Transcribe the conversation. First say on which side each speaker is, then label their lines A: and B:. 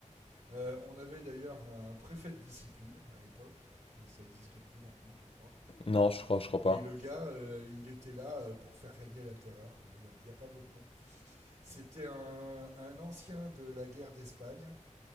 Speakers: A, on the right (about 70°); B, on the left (about 45°).
A: Euh, on avait d'ailleurs un préfet de discipline à l'époque, ça ça existe plus maintenant, je crois.
B: Non, je crois, je crois pas.
A: Et le gars, euh, il était là euh, pour faire régner la terreur, quoi. Il n'y a, il y a pas d'autre mot. C'était un, un ancien de la guerre d'Espagne,